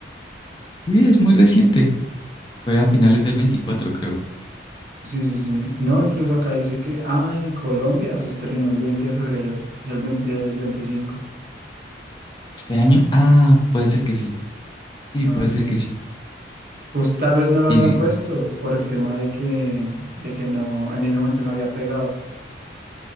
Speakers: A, on the left; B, on the right.
A: sí es muy reciente, fue a finales del 24 creo.
B: Sí, sí, sí. No, incluso acá dice que, ah, en Colombia se estrenó el veinte de febrero del veinte del veinticinco
A: ¿Este año? Ah, puede ser que sí, sí,
B: Ah,
A: puede
B: Ok.
A: ser que sí.
B: Pues tal vez no lo
A: Y
B: habían puesto por el tema de que, de que no, en ese momento no había pegado. <laughs>